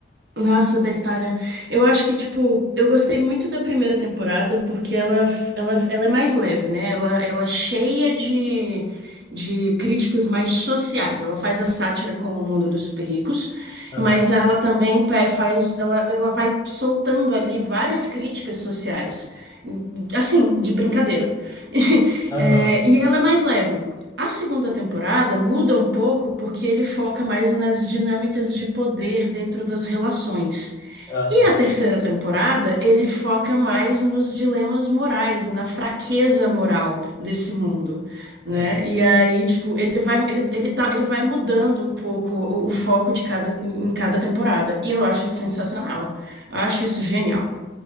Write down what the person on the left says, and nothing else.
Aham,
aham,
aham,
sim.